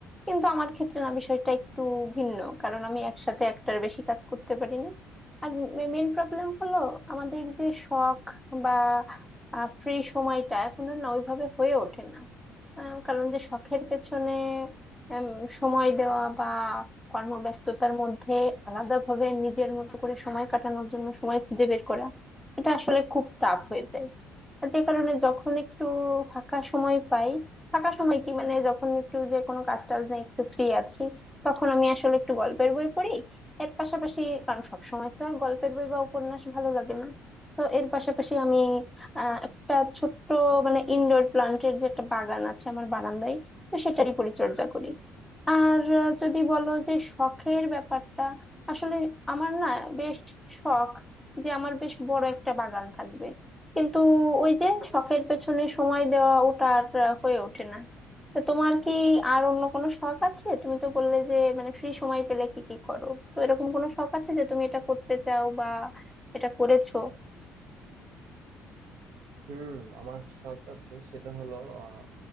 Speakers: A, in the centre; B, on the right.
A: কিন্তু আমার ক্ষেত্রে না বিষয়টা একটু ভিন্ন কারণ আমি একসাথে একটার বেশি কাজ করতে পারিনি আর মেইন প্রবলেম হলো আমাদের যে শখ বা ফ্রি সময়টা এখন আর না ওইভাবে হয়ে ওঠে না আহ, কারণ যে শখের পেছনে উম, সময় দেওয়া বা কর্মব্যস্ততার মধ্যে আলাদাভাবে নিজের মতো করে সময় কাটানোর জন্য সময় খুঁজে বের করা এটা আসলে খুব টাফ হয়ে যায় যে কারণে যখন একটু ফাঁকা সময় পাই ফাঁকা সময় কি মানে যখন একটু যে কোনো কাজ টাজ নেই একটু ফ্রি আছি তখন আমি আসলে একটু গল্পের বই পড়ি এর পাশাপাশি কারণ সব সময় তো আর গল্পের বই বা উপন্যাস ভালো লাগে না তো এর পাশাপাশি আমি আহ একটা ছোট্ট মানে ইনডোর প্লান্টের যে একটা বাগান আছে আমার বারান্দায় তো সেটারই পরিচর্যা করি আর আহ, যদি বলো যে শখের ব্যাপারটা আসলে আমার না বেশ শখ যে আমার বেশ বড় একটা বাগান থাকবে কিন্তু ওই যে শখের পেছনে সময় দেওয়া ওটা আর আহ, হয়ে ওঠে না তো তোমার কি আর অন্য কোনো শখ আছে তুমি তো বললে যে মানে ফ্রি সময় পেলে কি কি করো তো এরকম কোনো শখ আছে যে তুমি এটা করতে চাও বা এটা করেছো
B: হুম আমার শখ আছে সেটা হলো আহ,